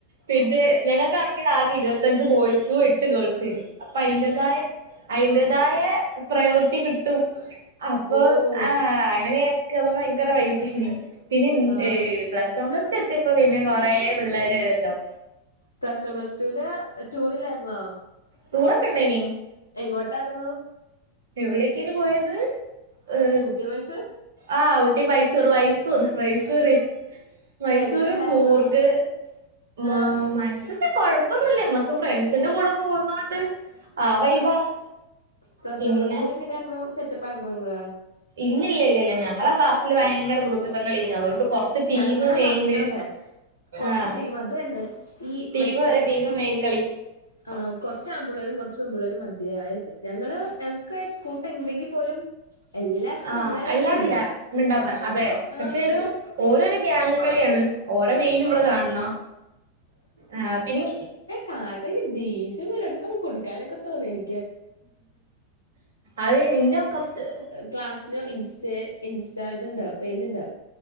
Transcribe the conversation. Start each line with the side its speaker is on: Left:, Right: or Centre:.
Right: പിന്നെ ഞങ്ങക്കാണെങ്കില് ആകെ ഇരുവ ത്തഞ്ച് ബോയ്സും എട്ട് ഗേൾസു ഏനി അപ്പ അയിന്റേതായ അയിന്റേതായേ പ്രയോറിറ്റി കിട്ടും അപ്പൊ
Left: ഓഹ്
Right: ആ അങ്ങനെയ ക്ക് അവം ഭയങ്കര വൈബെനി പിന്നിൻ
Left: ആഹ്
Right: പ്ലസ് <unintelligible> പ്ലസ്ടു എത്തിപ്പ പിന്നെ കൊറെ പിള്ളേര് വരോല്ലോ
Left: പ്ലസ് വൺ പ്ലസ്ടൂല് ടൂറില്ലാര്ന്നോ
Right: ടൂറ് ഒക്കെ ഇണ്ടേനി
Left: എങ്ങോട്ടാർന്നു
Right: എവിടേക്കെനി പോയത് ഏ
Left: ഊട്ടി മൈസൂർ
Right: ആ ഊട്ടി മൈസൂർ മൈസൂർ മൈസൂര് മൈസൂര്
Left: ആ എങ്ങനെ ഉണ്ടായിരുന്നു
Right: കൂർഗ് മ
Left: ആ
Right: മൈസൂര് കൊഴപ്പൊന്നുല്ല നമ്മക്ക് ഫ്രണ്ട്സിന്റെ കൂടെ പോന്നോണ്ട് ആ വൈബാണ്
Left: പ്ലസ്
Right: പിന്നെ
Left: വൺ പ്ലസ്
Right: ഇല്ല
Left: ടുന് എങ്ങനാര്ന്നു സെറ്റപ്പ ആയിരുന്നൊ ഇങ്ങള്
Right: ഇല്ലല്ലല്ല ഞങ്ങളെ ക്ലാസ്സില് ഭയങ്കര ഗ്രുപ്പിസം കളിയേനി അതൊണ്ട് കൊർ ച്ച് ടീമ്
Left: ഞങ്ങളുടെ
Right: മെയിന്
Left: ക്ലാസ്സിലും അതെ കുറച്ച്
Right: ആഹ്
Left: ടീം അത് തന്നെ ഈ
Right: ടീമ്
Left: മറ്റേ
Right: ടീമ് മെയ്ൻ കളി
Left: ആ കൊർച്ച് ആൺമ്പുള്ളേരും കൊർച്ച് പെൺമ്പിള്ളേരും മതിയായത് ഞങ്ങള് ഞങ്ങക്ക് കൂട്ട ഇണ്ടെങ്കി പോലും എല്ലാവർക്കും
Right: ആ
Left: എല്ലാരോടും
Right: എല്ലാരുല്ല
Left: മിണ്ടാം
Right: മിണ്ടാന്ന് അതെ
Left: ആ
Right: പക്ഷെ ഒരു ഓരോരോ ഗ്യാങ് കളിയാണ് ഓര മെയിന് മ്മള് കാൺണം ആ പിന്നി
Left: കാട്ടെങ്കി ദേഷ്യം വരും എടക്കൊന്ന് കൊട്ക്കാനോക്ക തോന്നും എനി
Right: അത് ഇന്റെ കൊർച്ച്
Left: ക്ലാസ്സ്ന് ഇൻസ്റ്റെ ഇൻസ്റ്റ ത്ണ്ട് പേജ് ഇണ്ട്